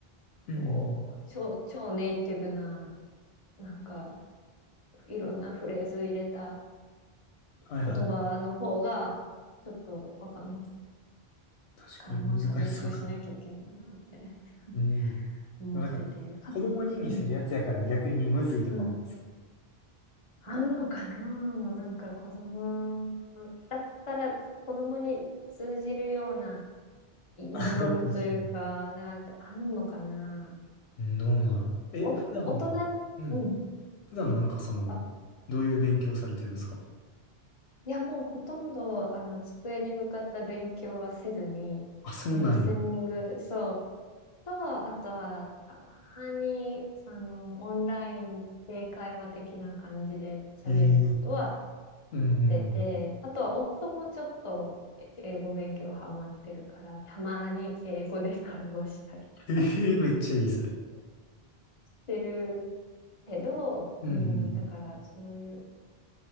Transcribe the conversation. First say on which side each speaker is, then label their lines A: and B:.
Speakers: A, on the left; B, on the left.
A: うんうん。
B: もう超、超ネイティブな、なんか、いろんなフレーズ入れた
A: はいはい。
B: 言葉の方が、ちょっとわかんない。
A: 確かに難しそうかも。
B: からまた勉強しなきゃいけないなって <laughs>
A: うん。
B: 思ってて、
A: なんか、
B: かつ、
A: 子供に見せるやつやから逆にむずいとかもありそう
B: うん、うん。あんのかななんか子供、だったら子供に通じるようなイディオムというか、
A: <laughs> 確かに。
B: なんかあんのかな
A: うんどうなのえ、
B: お、
A: 普段も、
B: 大人、
A: うん
B: うん。
A: 普段なんかその、
B: あ、
A: どういう勉強されてるんですか
B: いや、もうほとんど、あの、机に向かった勉強はせずに、
A: あ、そうなんや。
B: もうリスニング、そう、と、あとは、たまに、あの、オンラインで会話的な感じで喋ることは
A: ええうんうん。
B: 出て、あとは、夫もちょっとえ英語勉強ハマってるから、たまに英語で会話したりとかはし
A: ええめっちゃいい、それ。
B: てるけど、
A: うんね
B: うん、だから、そういう、